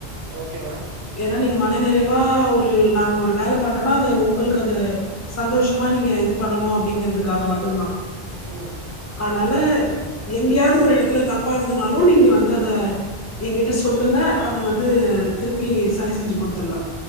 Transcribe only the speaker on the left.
என்னா! நீங்க மனநிறைவா ஒரு நாங்க ஒரு வேல பண்றோன்னா? அத உங்களுக்கு அத சந்தோஷ்மா! நீங்க இது பண்ணணு அப்டிங்கறதுக்காக மட்டுந்தா
ஆனால எங்கேயாவது ஒரு இடத்துல தப்பாகுதுனாலு நீங்க வந்து அத ஏகிட்ட சொல்லுங்க அத வந்து திருப்பி சரி செஞ்சு கொடுத்துட்லா